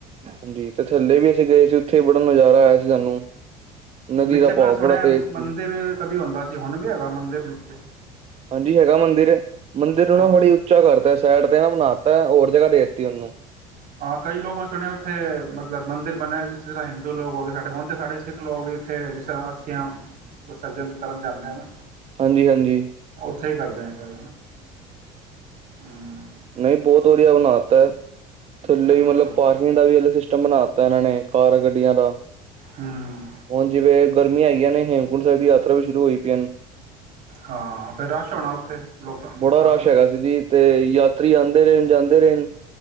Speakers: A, on the right; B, on the right.
A: ਹਾਂਜੀ, ਤੇ ਥੱਲੇ ਵੀ ਗਏ ਸੀ ਉੱਥੇ ਬੜਾ ਨਜ਼ਾਰਾ ਆਇਆ ਸੀ ਸਾਨੂੰ, ਨਦੀ
B: ਨੀਚੇ
A: ਦਾ ਭਾਵ
B: ਮੈਂ ਸੁਣਿਆ
A: ਬੜਾ ਤੇਜ਼
B: ਮੰਦਿਰ
A: ਸੀ
B: ਕਦੀ ਹੁੰਦਾ ਸੀ ਹੁਣ ਵੀ ਹੈਗਾ ਮੰਦਿਰ ਨੀਚੇ
A: ਹਾਂਜੀ ਹੈਗਾ ਮੰਦਿਰ-ਮੰਦਿਰ ਨੂੰ ਨਾ
B: ਅੱਛਾ
A: ਹੜੀ ਉੱਚਾ ਕਰਤਾ ਸਾਈਡ ਤੇ ਨਾ ਬਣਾ ਤਾਂ ਹੋਰ ਜਗ੍ਹਾ ਦੇ ਦਿੱਤੀ ਉਹਨੂੰ
B: ਹਾਂ ਕਈ ਲੋਕ ਮੈਂ ਸੁਣਿਆ ਉੱਥੇ ਮਤਲਬ ਮੰਦਿਰ ਬਣਿਆ ਜਿਸ ਤਰ੍ਹਾਂ ਹਿੰਦੂ ਲੋਕ ਹੋ ਗਏ ਸਾਡੇ ਹੁਣ ਤਾਂ ਸਾਡੇ ਸਿੱਖ ਲੋਕ ਵੀ ਉੱਥੇ ਜਿਸ ਤਰ੍ਹਾਂ ਅਸਥੀਆਂ ਵਿਸਰਜਨ ਕਰਨ ਜਾਂਦੇ ਹੈ ਨਾ।
A: ਹਾਂਜੀ-ਹਾਂਜੀ,
B: ਉੱਥੇ ਹੀ ਕਰਦੇ ਆ, <unintelligible>
A: ਨਹੀਂ ਬਹੁਤ ਵਧੀਆ ਬਣਾਤਾ ਐ, ਥੱਲੇ ਵੀ
B: ਅੱਛਾ
A: ਮਤਲਬ ਪਾਰਕਿੰਗ ਦਾ ਵੀ ਅਲਗ ਸਟਮ ਸਿਸਟਮ ਬਣਾ ਦਿੱਤਾ ਇਹਨਾਂ ਨੇ ਕਾਰ ਗੱਡੀਆਂ ਦਾ,
B: ਹੂੰ
A: ਹੁਣ ਜਿਵੇਂ ਗਰਮੀਆਂ ਆਈਆਂ ਨੇ ਹੇਮਕੁੰਟ ਸਾਹਿਬ ਦੀ ਯਾਤਰਾ ਵੀ ਸ਼ੁਰੂ ਹੋਈ ਪਈ ਐ ਹੁਨ,
B: ਹਾਂ, ਫਿਰ ਰਸ਼ ਹੋਣਾ ਉੱਥੇ ਲੋਕਾਂ
A: ਬੜਾ
B: ਕਾਫੀ
A: ਰਸ਼ ਹੈਗਾ ਸੀ ਜੀ। ਤੇ ਯਾਤਰੀ ਆਂਦੇ ਰੇਨ, ਜਾਂਦੇ ਰੇਨ।